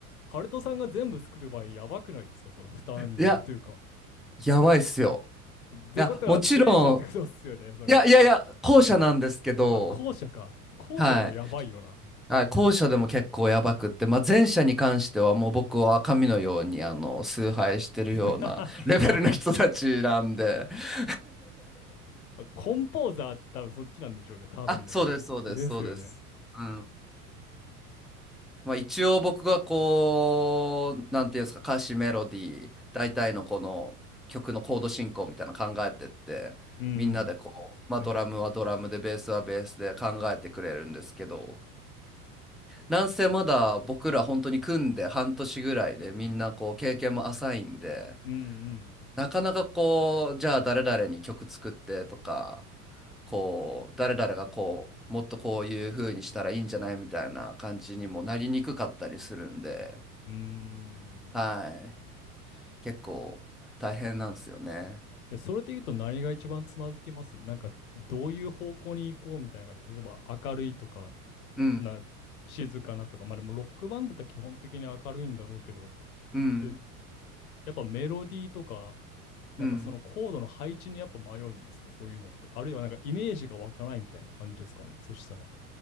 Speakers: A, on the left; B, in the centre.
A: ハルトさんが全部作る場合、やばくないですかその負担量というか。
B: いややばいっすよ。
A: ってことは、
B: いやもちろ
A: 前者ってことですよね、それ。
B: んいやいやいや後者なんですけど。
A: あ、後者か。後者でもやばいよな。
B: はい。あ、後者でも結構やばくって、まあ、前者に関してはもう僕は神のようにあの崇拝してるような
A: <laughs>
B: <laughs> レベルの人たちなんで <laughs>
A: コンポーザー多分そっちなんでしょうね、多分だけど。
B: あ、そうです、そうです、
A: ですよね。
B: そうです。うん。まあ、一応僕がこう、なんていうんですか、歌詞、メロディー、大体のこの曲のコード進行みたいなの考えてって、
A: うん
B: みんなでこう、まあ、
A: うん。
B: ドラムはドラムで、ベースはベースで考えてくれるんですけど、なんせまだ僕ら本当に組んで半年ぐらいでみんなこう経験も浅いんで、
A: うん
B: なかなかこう、じゃあ誰々に曲作ってとか、こう、誰々がこう、もっとこういう風にしたらいいんじゃないみたいな感じにもなりにくかったりするんで、
A: うん。うーん。
B: はい。結構大変なんですよね。
A: えそれで言うと何が一番つまずきますなんか、どういう方向に行こうみたいな感じ。例えば、明るいとか、
B: うん、
A: な、静かなとか、まあでもロックバンドって基本的に明るいんだろうけど、
B: うん、
A: で、やっぱメロディーとか、なんかそのコードの配置にやっぱ迷うんですか、
B: うん。
A: そういうのって。あるいはなんかイメージが湧かないみたいな感じですかね、そしたら。